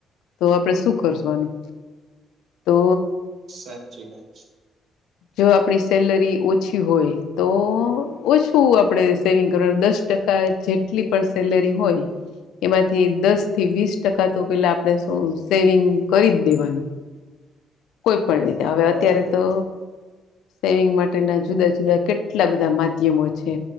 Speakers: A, on the left (about 85°); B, on the right (about 55°).
A: તો આપડે શું કરશું આનું, તો
B: સાચી વાત છે.
A: જો આપણી સેલરી ઓછી હોય તો ઓછું આપણે સેવિંગ કરવાનું દસ ટકા જેટલી પડશે સેલેરી હોય એમાંથી દસ થી વીસ ટકા તો પેલા આપણે શું સેવિંગ કરી જ દેવાનું. કોઈ પણ રીતે હવે
B: બરાબર
A: અત્યારે તો સેવિંગ માટ માટે ના જુદા જુદા કેટલા બધા માધ્યમો છે.